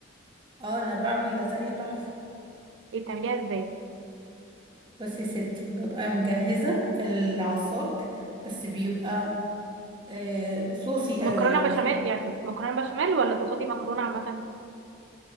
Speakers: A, on the right; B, on the right.
A: اه انا بعمل لازانيا تحفة
B: ايه بتعمليها ازاي
A: بس يا ستي ببقى مجهزة العصاج بس بيبقى آه صوصي
B: مكرونه
A: قوي يعني
B: بشاميل
A: في
B: يعني مكرونه بشاميل ولا تقصدي مكرونه عامه